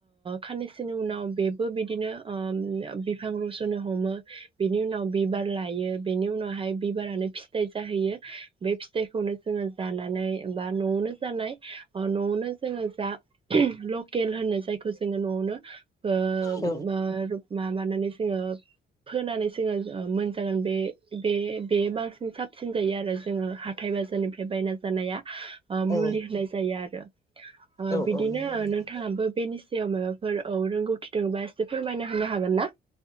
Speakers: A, on the right (about 25°); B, on the left (about 15°).
A: खाननैसोनि उनाव बे बो बिदिनो बिफां रसनो हमो बिनि उनाव बिबार लायो बेनि उनावहाय बिबारानो फिथाय जाहैयो बे फिथाइखौनो जोङो जानानै बा नआवनो जानाय नआवनो जोङो जा लकेल होनो जायखौ जोङो नआवनो ओ <unintelligible>
B: औ
A: मा मानानै ओ फोनानै जोङो मोनजागोन बे-बे-बे बांसिन साबसिन यो आरो जोङो हा हाथाइ बाजारनिफ्राय बायना जानाया ओ मुलि
B: औ
A: होनाय जायो आरो ओ
B: औ
A: बिदिनो
B: नंगौ नोंथां
A: नोंथाङाबो बेनि सायाव माबाफोर रोंगौथि दङोबा फोरमायना होनो हागोन ना?